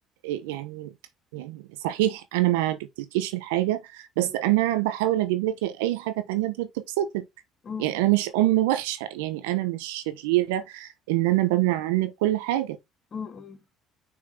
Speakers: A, on the right; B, on the left.
A: آه، يعني يعني صحيح انا ما جبتلكيش الحاجة بس
B: مم.
A: انا بحاول اجيب لك اي حاجة تانية تبسطك
B: مم.
A: يعني انا مش ام وحشة يعني انا مش شريرة ان انا بمنع عنك كل حاجة
B: مم. برضه